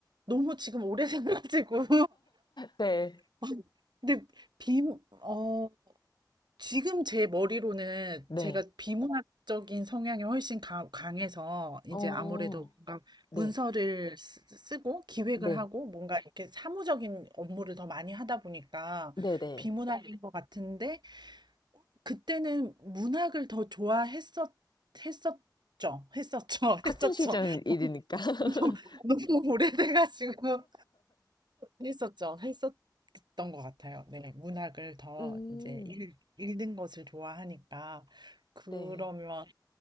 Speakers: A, on the right (about 70°); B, on the left (about 70°).
A: 너무 지금 오래 생각지고.
B: 네.
A: <laughs> 근데 비, 어, 지금 제 머리로는
B: 네.
A: 제가 비문학적인 성향이 훨씬 가- 강해서 이제
B: 어,
A: 아무래도 뭔가
B: 네.
A: 문서를 쓰, 쓰고 기획을
B: 네.
A: 하고 뭔가 이렇게 사무적인 업무를 더 많이 하다 보니까
B: 네네.
A: 비문학인 것 같은데 그때는 문학을 더 좋아했었, 했었죠. 했었죠.
B: 학창
A: <laughs> 했었죠.
B: 시절 일이니까. <laughs>
A: 너무, 너무 오래돼가지고 했었죠. 했었던 것 같아요. 네, 문학을 더
B: 음,
A: 이제 읽, 읽는 것을 좋아하니까. 그러면
B: 네.